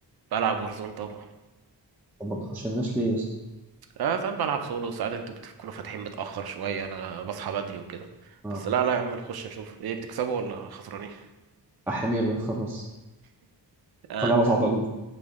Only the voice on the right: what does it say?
بلعب ورزون طبعا
آه ساعات بلعب سولو ساعات انتوا بتكونوا فاتحين متأخر شوية انا بصحى بدري وكده
بس لا لا يا عم نخش نشوف ايه بتكسبوا ولا خسرانين
اه